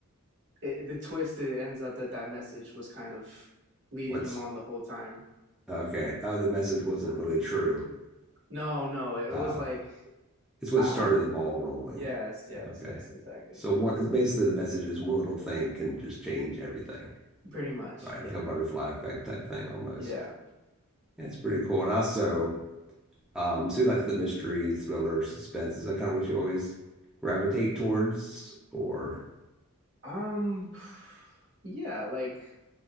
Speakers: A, on the right; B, in the centre.
A: it, the twist it ends up that that message was kind of leading
B: what's
A: him on the whole time.
B: okay. Oh, the message wasn't really true.
A: No, no, it
B: Oh,
A: was like
B: it's what
A: I,
B: started
A: I'm
B: the ball rolling.
A: yes, yes,
B: Okay.
A: yes, exactly.
B: So one is basically the message is one little thing can just change everything,
A: Pretty much.
B: right?
A: Yeah.
B: Like a butterfly effect type thing almost.
A: Yeah.
B: Yeah, it's pretty cool. And also, um, so you like the mystery, thriller, suspense, is that kind of what you always gravitate towards, or
A: Um yeah, like